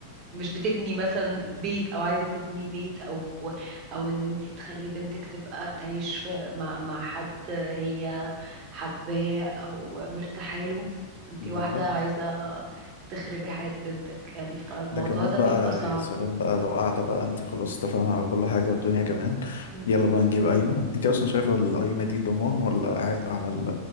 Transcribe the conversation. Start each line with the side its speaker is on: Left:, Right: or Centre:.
Right: مش بتبني مثلا بيت او عايزه تبني بيت او او ان انت تخلي بنتك تبقى تعيش في مع مع حد هي حباه او مرتاحه له انت
Left: بالظبط
Right: واحده عايزه تخربي حياه بنتك يعني فالموضوع
Left: ده كمان
Right: ده بيبقى
Left: بقى
Right: صعب
Left: يا سلام بقى لو قاعده بقى انت خلاص اتفقنا على كل حاجه والدنيا كمان
Right: مم.
Left: يلا بقى نجيب قايمه انت اصلا شايفه القايمه دي ضمان ولا عبء على ال...